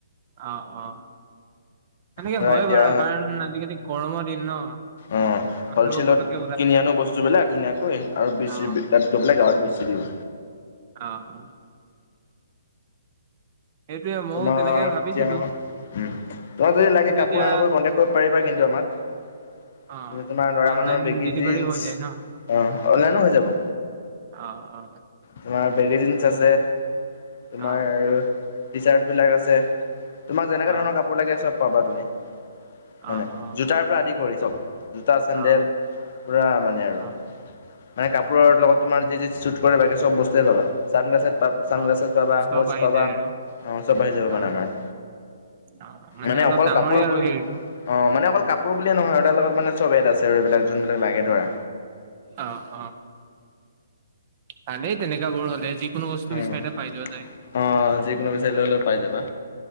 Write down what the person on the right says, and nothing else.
অ', অ, সেনেকে
হয়
বাৰু কাৰণ আজিকালি গৰমৰ দিন ন?
মানুহবিলাকে
পটকে
অ', অ',
অ', অ'। সেইটোয়ে ময়ো
তেনেকে ভাবিছিলো
কিন্তু
এতিয়া
অ',
অনলাইন
ডেলিভাৰী
হৈ যায় ন'
অ', অ'।
অ',
অ',
অ',
অ'।
অ',
অ',
অ',
চব
আহি
যায় আৰু
অ',
অ',
অলপ
ডাঙৰে
আৰু
হেৰিটো
অ', অ'। ভালেই তেনেকাবোৰ হ'লে যি কোনো বস্তু
বিচাৰোতে পাই যোৱা যায়।